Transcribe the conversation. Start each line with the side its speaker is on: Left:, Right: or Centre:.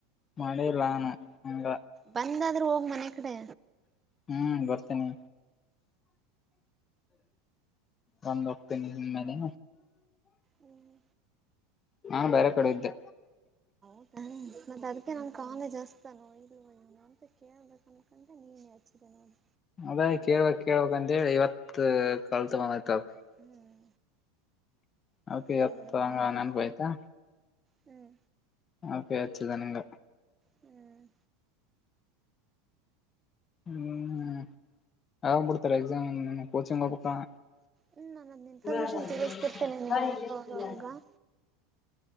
Left: ಮಾಡಿಲ್ ನಾನ ಹಂಗ.
Right: ಬಂದಾದ್ರೂ ಹೋಗ್ ಮನೆ ಕಡೆ.
Left: ಹ್ಮ್ ಬರ್ತೀನಿ. ಬಂದ್ ಹೊಕ್ತೀನಿ ಇನ್ ಮೇಲೆ.
Right: ಹ್ಮ್
Left: ನಾ ಬ್ಯಾರೆ ಕಡೆ ಇದ್ದೆ.
Right: ಹ ಮತ್ತ ಅದ್ಕೆ ನನ್ ಕಾಲೇಜ ಹಸ್ತಾನೋ ಇಲ್ಲೋ ಇವ್ನು ಅಂತ ಕೇಳ್ದೆ. ಅನ್ನಕಂಡೆ ನೀನೆ ಹಚ್ದೆ ನೋಡ್.
Left: ಅದೇ ಕೇಳ್ಬೇಕ್ ಕೇಳ್ಬಕ್ ಅಂದೆ ಇವತ್ತ ಕಲ್ತ ಬಂದೈತ್ ಅದ.
Right: ಹ್ಮ್
Left: ಅದ್ಕೆ
Right: ಇಡ್ಲಿ
Left: ಇವತ್
Right: ಬಿಡು
Left: ಹಂಗ
Right: ಮಾಡೋಣ
Left: ನೆನಪ ಆಯ್ತಾ.
Right: ಹ್ಮ್
Left: ಅದಕ್ಕೆ ಹಚ್ಚದೆ ನಿಂಗ್.
Right: ಹ್ಮ್
Left: ಹ್ಮ್ ಯಾವಾಗ್ ಬಿಡ್ತಾರ ಎಕ್ಸಾಮ ನೀನ್ನು ಕೋಚಿಂಗ್ ಹೊಬೆಕ. <unintelligible>
Right: ಹ್ಮ್ ನಾನು ಅದ್ನ ಇನ್ಫಾರ್ಮೇಶನ್ ತಿಳಿಸ್ತಿರ್ತೇನೆ ನಿನ್ಗೆ ಅವಾಗ ಅವಾಗ